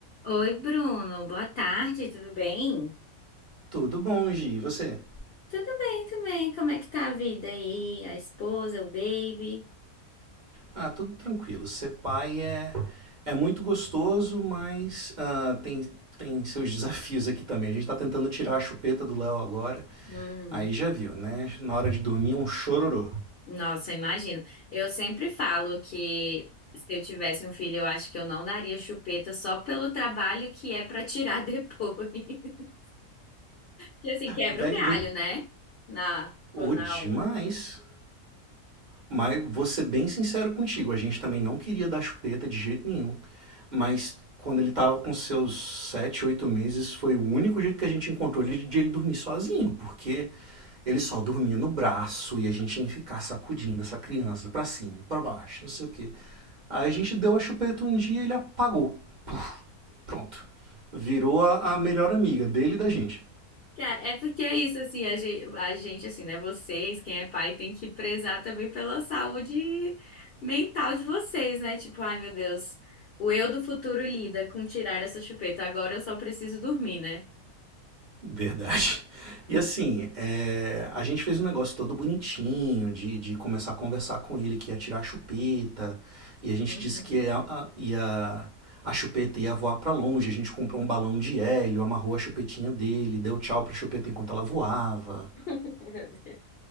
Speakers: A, on the left (about 45°); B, on the right (about 35°).
A: Oi, Bruno. Boa tarde, tudo bem?
B: Tudo bom, Gi? E você?
A: Tudo bem também. Como é que tá a vida aí? A esposa, o baby?
B: Ah, tudo tranquilo. Ser pai é, é muito gostoso, mas ah, tem, tem seus desafios aqui também. A gente está tentando tirar a chupeta do Léo agora.
A: Hum,
B: Aí já viu, né? Na hora de dormir, é um chororô.
A: nossa, imagino. Eu sempre falo que se eu tivesse um filho, eu acho que eu não daria chupeta só pelo trabalho que é pra tirar depois. <laughs> Que assim, quebra
B: <laughs> Véi,
A: um galho,
B: vou...
A: né? Na,
B: Ô,
A: na
B: demais.
A: hora.
B: Mas vou ser bem sincero contigo, a gente também não queria dar chupeta de jeito nenhum. Mas quando ele estava com seus 7, 8 meses, foi o único jeito que a gente encontrou ele- de ele dormir sozinho, porque ele só dormia no braço e a gente tinha que ficar sacudindo essa criança pra cima, pra baixo, não sei o quê. Aí a gente deu a chupeta um dia e ele apagou. Puf, pronto. Virou a, a melhor amiga dele e da gente.
A: Cara, é porque é isso, assim, a gente, a gente, assim, né? Vocês, quem é pai, tem que prezar também pela saúde mental de vocês, né? Tipo, ai meu Deus, o eu do futuro lida com tirar essa chupeta, agora eu só preciso dormir, né?
B: Verdade. E assim, é, a gente fez um negócio todo bonitinho, de, de começar a conversar com ele que ia tirar a chupeta, e a gente
A: Uhum.
B: disse que ia, a- ia- a chupeta ia voar pra longe, a gente comprou um balão de hélio, amarrou a chupetinha dele, deu tchau pra chupeta enquanto ela voava.
A: <laughs>